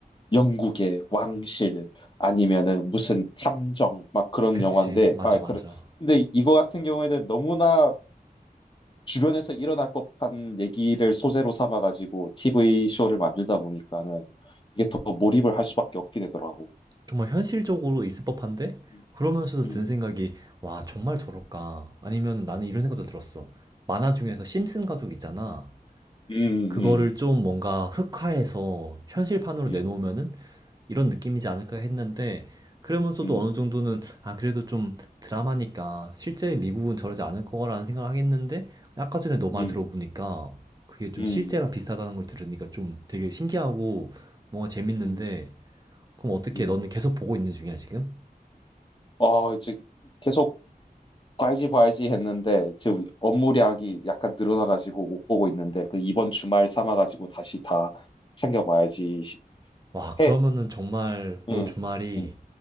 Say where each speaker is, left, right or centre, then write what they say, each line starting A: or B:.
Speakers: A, on the left; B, on the right.
A: 영국의 왕실 아니면은 무슨 탐정 막 그런
B: 그치.
A: 영화인데
B: 맞아,
A: 아 그래
B: 맞아.
A: 근데 이거 같은 경우에는 너무나 주변에서 일어날 법한 얘기를 소재로 삼아가지고 TV 쇼를 만들다 보니까는 이게 더 몰입을 할 수밖에 없게 되더라고.
B: 정말 현실적으로 있을 법한데
A: 음,
B: 그러면서도
A: 음,
B: 드는 생각이 와 정말 저럴까 아니면 나는 이런 생각도 들었어 만화 중에서
A: 음,
B: 심슨 가족 있잖아
A: 음,
B: 그거를 좀 뭔가 흑화해서 현실판으로
A: 음,
B: 내놓으면은 이런 느낌이지 않을까 했는데 그러면서도
A: 음, 음,
B: 어느 정도는 아 그래도 좀 드라마니까 실제 미국은 저러지 않을 거라는 생각을 하겠는데 아까 전에 너 말
A: 음, 음,
B: 들어보니까 그게 좀
A: 음,
B: 실제랑 비슷하다는 걸 들으니까 좀 되게 신기하고 뭔가 재밌는데
A: 음.
B: 그럼 어떻게
A: 음.
B: 너는 계속 보고 있는 중이야 지금?
A: 아, 이제 계속 봐야지 봐야지 했는데 지금 업무량이 약간 늘어나가지고 못 보고 있는데 그 이번 주말 삼아가지고 다시 다 챙겨봐야지 시-
B: 와, 그러면은
A: 해.
B: 정말 너
A: 응,
B: 주말이
A: 응,